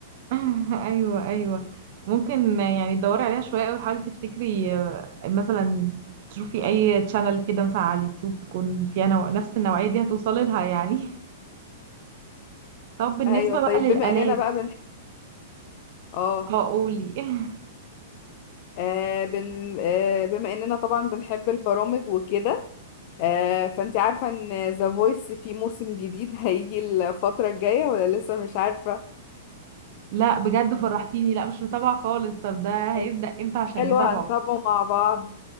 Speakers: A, on the right; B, on the left.
A: <laughs> ايوه ايوه ممكن يعني تدوري عليها شويه قوي حاولي تفتكري آه، مثلا تشوفي اي تشانل كده مثلا على اليوتيوب تكون فيها نوع... نفس النوعيه دي هتوصلي لها يعني <laughs> طب بالنسبه
B: ايوه طيب
A: بقى للالات
B: بما اننا بقى بنح... اه
A: اه قولي <laughs>
B: آه بن آه بما اننا طبعا بنحب البرامج وكده آه فانت عارفة ان ذا فويس في موسم جديد هيجي الفترة الجاية ولا لسه مش عارفة
A: لا بجد فرحتيني لا مش متابعه خالص طب ده
B: طب
A: هيبدا امتى عشان
B: حلو
A: نتابعه
B: هنتابعه مع بعض